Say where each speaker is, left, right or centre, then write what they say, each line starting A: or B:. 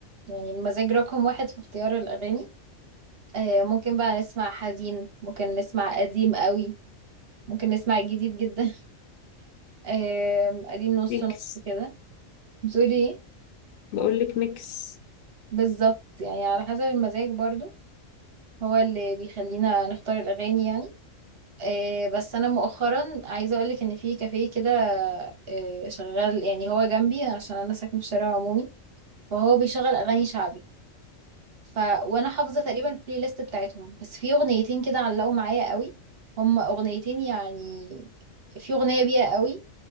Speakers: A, on the right (about 55°); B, on the left (about 85°).
A: يعني المزاج رقم واحد في اختيار الاغاني آه، ممكن بقى نسمع حزين ممكن نسمع قديم قوي ممكن نسمع جديد جدا <laughs> آه، قديم نص
B: ميكس
A: نص كده بتقولي ايه
B: بقول لك ميكس
A: بالظبط يعني على حسب المزاج برضو هو اللي بيخلينا نختار الأغاني يعني آه، بس أنا مؤخرا عايزة أقولك إن في كافيه كده آه، شغال يعني هو جنبي عشان أنا ساكنة في شارع عمومي فهو بيشغل أغاني شعبي ف وانا حافظه تقريبا البلاي ليست بتاعتهم بس في اغنيتين كده علقوا معايا قوي هما اغنيتين يعني في اغنيه بيها قوي